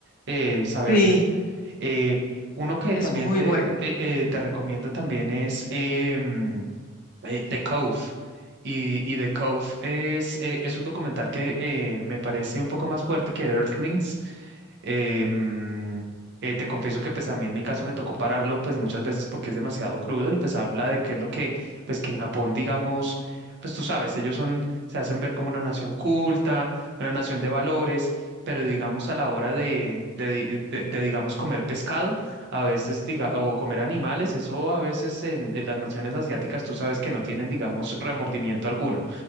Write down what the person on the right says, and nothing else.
eh, saberlo.
Eh, uno que
también
te,
eh, eh, te recomiendo también es em, eh, The Cove. Y, y The Cove es, eh, es un documental que eh, me parece un poco más fuerte que Earthlings. Em, eh, te confieso que pues a mí en mi caso me tocó pararlo pues muchas veces porque es demasiado crudo y pues habla de qué es lo que pues que en Japón digamos pues tú sabes ellos son se hacen ver como una nación culta una nación de valores pero digamos a la hora de de, de- de, digamos comer pescado a veces, diga, o comer animales, eso a veces en, en las naciones asiáticas tú sabes que no tienen, digamos, remordimiento alguno.